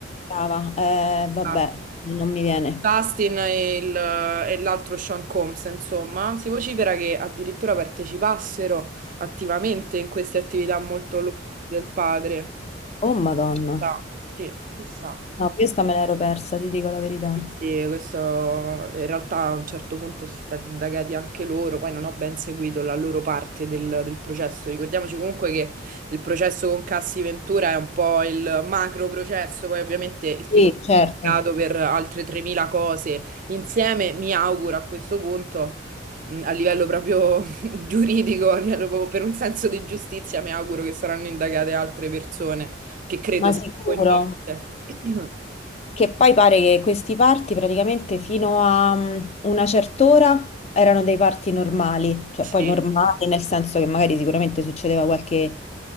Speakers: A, on the left; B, on the right.
A: Brava, eh, vabbè,
B: Ah.
A: non mi viene.
B: Justin e il- e l'altro Sean Combs, insomma, si vocifera che addirittura partecipassero attivamente in queste attività molto lodevoli del padre.
A: Oh Madonna.
B: Chissà, sì, chissà.
A: No, questa me l'ero persa, ti dico la verità.
B: Sì, sì, questo in realtà a un certo punto sono stati indagati anche loro, poi non ho ben seguito la loro parte del, del processo. Ricordiamoci comunque che il processo con Cassi Ventura è un po' il macro processo, poi ovviamente il tipo
A: Sì,
B: è
A: certo,
B: stato per altre 3.000 cose insieme, mi auguro a questo punto, mh, a livello proprio <laughs> giuridico, a livello proprio per un senso di giustizia, mi auguro che saranno indagate altre persone che credo
A: ma
B: siano
A: sicuro.
B: coinvolte. <clears throat>
A: Che poi pare che questi party praticamente fino a mm, una certa ora erano dei party normali, cioè
B: Sì,
A: poi normali nel senso che magari sicuramente succedeva qualche